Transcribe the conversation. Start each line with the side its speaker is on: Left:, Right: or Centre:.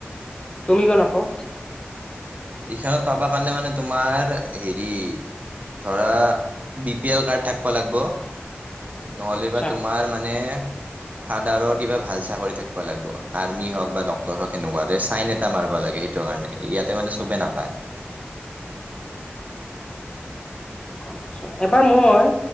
Left: তুমি কিয় নোপোৱা
Right: এইখনত পাবা কাৰণে মানে। তোমাৰ হেৰি ধৰা বি পি এল কাৰ্ড থাক- ব লাগব নহ'লে
Left: আচ্ছা
Right: বা তোমাৰ মানে।
Left: <inaudible>
Right: ফাদাৰৰ কিবা ভাল চাকৰি থাকিব লাগিব আৰ্মি হওক বা ডক্তটৰ হওক সেনেকুৱা চাইন এটা মাৰব লাগে সেইটো। কাৰণে ইয়াতে মানে চবে নাপায়।
Left: গম পাইছো এবাৰ মই।